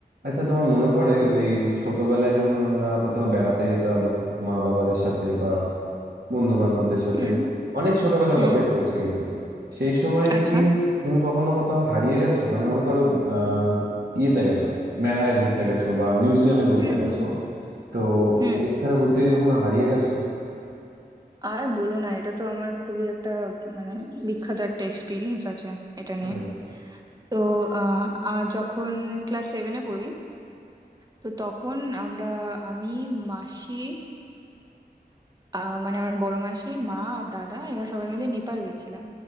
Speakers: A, on the right (about 70°); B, on the right (about 25°).
A: আচ্ছা তোমার মনে পড়ে ওই ছোটবেলায় যখন আমরা কোথাও বেড়াতে যেতাম মা বাবাদের সাথে বা বন্ধু বান্ধবদের সাথে
B: হুম
A: অনেক ছোটবেলার
B: হুম
A: কথাই বলছি কিন্তু সেই সময়
B: আচ্ছা
A: কি তুমি কখনো কোথাও হারিয়ে গেছো মানে মনে করো আহ ইয়েতে গেছো মেলায় ঘুরতে গেছো বা মিউজিয়ামে ঘুরতে
B: হুম
A: গেছো
B: হুম হুম
A: তো
B: হুম।
A: এখানে ঘুরতে গিয়ে কখনো হারিয়ে গেছো
B: আর বলো না এটা তো আমার খুবই একটা মানে বিখ্যাত একটা এক্সপিরিয়েন্স আছে এটা
A: তাই?
B: নিয়ে তো আহ আহ, যখন ক্লাস সেভেনে পড়ি তো তখন আমরা আমি মাসি আহ, মানে আমার বড় মাসি মা আর দাদা এরা সবাই মিলে নেপাল গেছিলাম